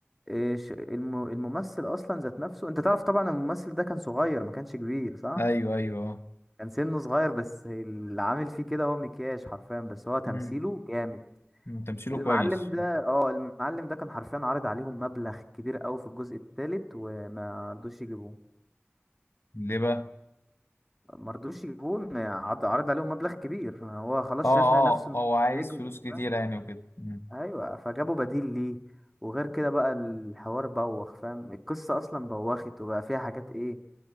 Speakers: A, in the centre; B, on the left.
A: إيش الم- الممثل اصلا ذات نفسه انت تعرف طبعا الممثل ده كان صغير ما كانش كبير صح
B: ايوه ايوه اه
A: كان سنه صغير بس اللي عامل فيه كده هو مكياج حرفيا بس هو تمثيله
B: مم.
A: جامد
B: مم. تمثيله
A: المعلم
B: كويس
A: ده اه المعلم ده كان حرفيا عارض عليهم مبلغ كبير قوي في الجزء الثالث وما رضوش يجيبوه
B: ليه بقى
A: ما رضوش يجيبوه إن عض- عرض عليهم مبلغ كبير هو خلاص
B: اه
A: شايف نفسه
B: اه
A: إنه
B: هو عايز
A: نجم
B: فلوس
A: وبتاع
B: كتير يعني وكده مم.
A: ايوه فجابوا بديل ليه وغير كده بقى الحوار بوخ فاهم القصه اصلا بوخت وبقى فيها حاجات ايه